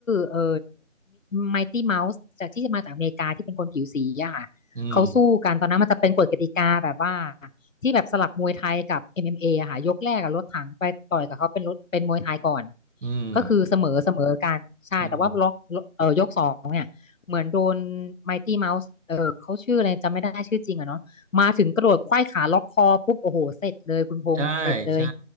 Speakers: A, on the left; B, on the right.
A: เอ่อไมตี้เมาส์จากที่มาจากอเมริกาที่เป็นคนผิวสีอะค่ะเขาสู้กันตอนนั้นมันจะเป็นกฎกติกาแบบว่า
B: อืม
A: ที่แบบสลับมวยไทยกับ MMA อมเอ็มเออะค่ะยกแรกกับรถถังไปต่อยกับเขาเป็นรถเป็นมวยไทยก่อน
B: อืม
A: ก็คือเสมอเสมอกันใช่แต่ว่าล็อกเอ่อยกสองเนี่ยเหมือนโดนไมตี้เมาส์เออเขาชื่ออะไรจำไม่ได้ชื่อจริงอะเนาะมาถึงกระโดดไขว้ขาล็อกคอปุ๊บโอ้โหเสร็จเลยคุณพงษ์เสร็จเลย
B: อืม ใช่ใช่